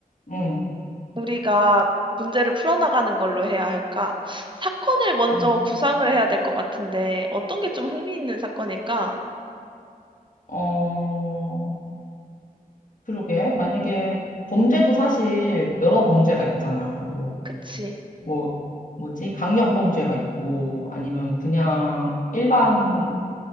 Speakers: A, on the left; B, on the right.
A: 응,
B: 우리가 문제를 풀어나가는 걸로 해야 할까? 사건을 먼저
A: 응.
B: 구상을 해야 될 것 같은데, 어떤 게 좀 흥미있는 사건일까?
A: 어 그러게 만약에 범죄도 사실 여러 범죄가 있잖아. 뭐
B: 그치.
A: 뭐, 뭐지? 강력범죄가 있고, 아니면 그냥 일반,